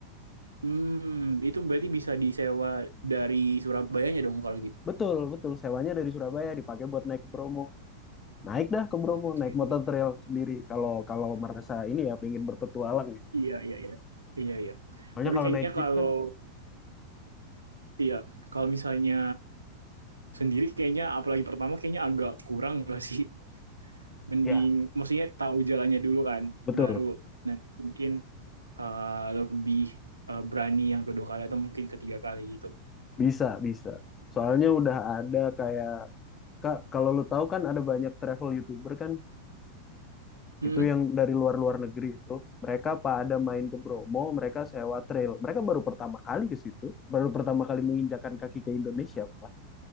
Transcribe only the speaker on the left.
Betul, betul. Sewanya dari Surabaya dipakai buat naik ke Bromo. Naik dah ke Bromo,
naik motor trail sendiri. Kalau kalau merasa ini ya pengen berpetualang ya.
Soalnya
kalau
naik jeep
kan
ya
Betul,
bisa, bisa. Soalnya udah ada kayak, Kak, kalau lu tahu kan ada banyak travel YouTuber kan,
itu yang dari luar-luar negeri itu, mereka pada main ke Bromo, mereka sewa trail. Mereka baru pertama kali ke situ, baru pertama kali menginjakan kaki ke Indonesia, Pak.